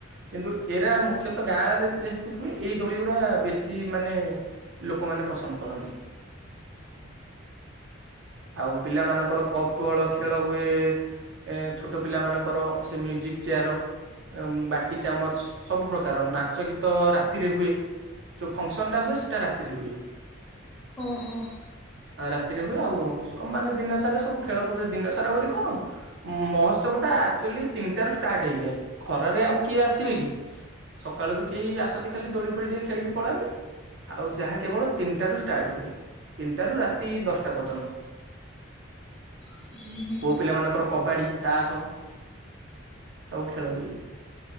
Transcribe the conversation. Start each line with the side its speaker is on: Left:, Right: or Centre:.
Right: କିନ୍ତୁ ଏରା ମୁଖ୍ୟତଃ ଗାଁ ରେ ଯେହେତୁ ହୁଏ ଏଇ ଦୋଳି ଗୁରା ବେଶୀ ମାନେ ଲୋକମାନେ ପସନ୍ଦ କରନ୍ତି ଆଉ ପିଲାମାନଙ୍କର କ କତୁହଳ ଖେଳ ହୁଏ। ଏ ଛୋଟ ପିଲା ମାନଙ୍କର ସେ ମ୍ୟୁଜିକ ଚେୟାର। ବାଟି ଚାମଚ ସବୁ ପ୍ରକାର ନାଚ ଗୀତ। ରାତିରେ ହୁଏ ଯୋଉ ଫଙ୍କସନ ଟା ହୁଏ ସେଟା ରାତିରେ ହୁଏ।
Centre: ଓ ହୋ
Right: ଆଉ ରାତିରେ ହୁଏ ଆଉ ମାନେ ଦିନ ସାରା ସବୁ ଖେଳକୁଦ ଦିନ ସାରା ବୋଲି କଣ ମହୋତ୍ସବ ଟା ଆଚୁଆଲି ତିନିଟ ର ଷ୍ଟାର୍ଟ ହେଇଯାଏ। ଖରାରେ ଆଉ କିଏ ଆସିବେ କି? ସକାଳୁ ବି କେହି ଆସନ୍ତି ଖାଲି ଦୋଳି ଫୋଳି ଟିକେ ଖେଳିକି ପଳାନ୍ତି। ଆଉ ଯାହା କେବଳ ତିନିଟ ର ଷ୍ଟାର୍ଟ ହୁଏ ତିନିଟ ର ରାତି ଦଶଟା ପର୍ଯ୍ୟନ୍ତ।
Centre: ହୁଁ।
Right: ପୁଅ ପିଲାମାନାନଙ୍କର କବାଡ଼ି, ତାସ ସବୁ ଖେଳ ହୁଏ